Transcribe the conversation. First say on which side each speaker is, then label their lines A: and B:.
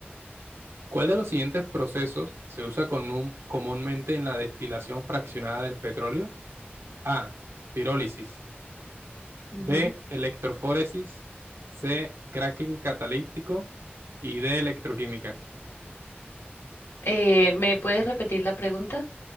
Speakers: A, on the right (about 85°); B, on the left (about 80°).
A: ¿Cuál de los siguientes procesos se usa con un- comúnmente en la destilación fraccionada del petróleo? A. Pirólisis.
B: Ujú.
A: B. Electroforesis. C. Cracking catalítico. Y D. Electroquímica.
B: Eh, ¿me puedes repetir la pregunta?